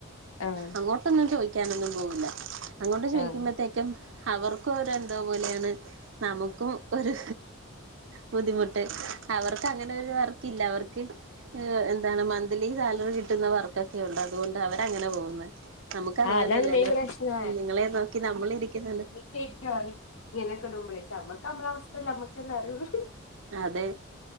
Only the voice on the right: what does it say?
അങ്ങോട്ടൊന്നും ചോയ്ക്ക്യാനൊന്നും പോവൂല അങ്ങോട്ട് ചോയ്ക്ക്യുമ്പത്തേക്കും
അവർക്കും ഒരു എന്തോ പോലെയാണ് നമുക്കും ഒരു ബുദ്ധിമുട്ട് അവർക്ക് അങ്ങനെ ഒരു വർക്കില്ല അവർക്ക് എന്താണ് മന്ത്ലീ സാലറി കിട്ട്ന്ന വർക്കൊക്കെ ഉണ്ട് അതുകൊണ്ട് അവര് അങ്ങനെ പോവുന്ന് നമുക്ക് അതുപോലെ
അല്ലല്ലോ
കുഞ്ഞുങ്ങളെ നോക്കി നമ്മളിരിക്കുന്ന്ണ്ട്
അതെ